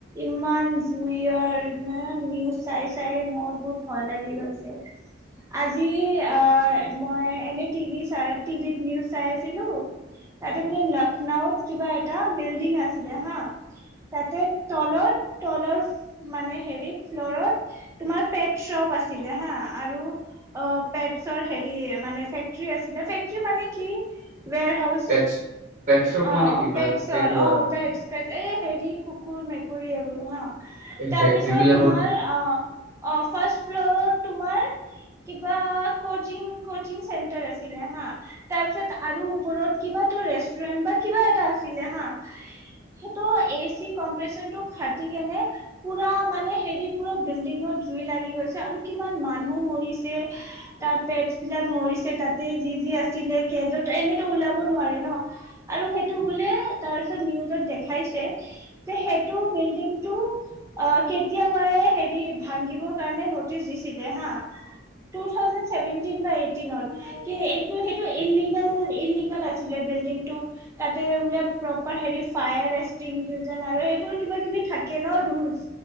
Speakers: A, on the right; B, on the right.
A: ইমান জুইয়ৰ মানে নিউজ চাই চায়ে মোৰ বহুত ভয় লাগি গৈছ ছে। আজি আ মই এনে টিভি চাই টিভিত নিউজ চাই আছিলো তাতে বোলে লক্ষ্ণৌত কিবা এটা বিল্ডিং আছিলে হা। তাতে তলত তলৰ মানে হেৰিত ফ্লৰত তোমাৰ পেট চ'প আছিলে হা আৰু অ পেটচৰ হেৰি মানে ফেকট্ৰি আছিলে। ফেকট্ৰি মানে কি ওৱেৰহাউছ
B: পেটছ পেটশ্বপ
A: অ
B: মানে
A: অ'
B: কি
A: পেটছৰ
B: মানে তাতে কিবা
A: অ' পেটছ। ত এই হেৰি কুকুৰ - মেকুৰী এইবোৰ হা, আৰু মানে তাৰপিছত
B: সে- সেইবিলাকৰ
A: তোমাৰ
B: কি
A: আ অ ফাৰ্ষ ফ্লৰত তোমাৰ কিবা কচিং - কচিং চেণ্টাৰ আছিলে হা তাৰ পিছত আৰু ওপৰত কিবাটো ৰেষ্টুৰেন্ট বা কিবা এটা আছিলে হা সেইটো এচি কম্প্ৰেচনটু ফাটি কেনে পুৰা মানে হেৰি পুৰা বিল্ডিঙত জুই লাগি গৈছে আৰু কিমান মানহ মৰিছে তাৰ পেটচবিলাক মৰিছে তাতে যি যি আছিলে কেজত ত এনেতো ওলাব নোৱাৰে ন' আৰু সেইটো বুলে তাৰ পিছত নিউজত দেখাইছে যে সেইটো বিল্ডিংটো আ কেতিয়াবায়ে হেৰি ভাংগিব কাৰণে ন টিচ দিছিলে হা টু থাউজেণ্ড চেভেনটিন বা এইটটিনত, কি এইটো সেইটো ইললিগেল ইললিগেল আছ ছিলে বিল্ডিংটো তাতে বোলে প্ৰ'পাৰ হেৰি ফায়াৰ এক্মটিংগুইজন আৰু এইবোৰ কিবা কিবি থাকে ন' ৰুলছ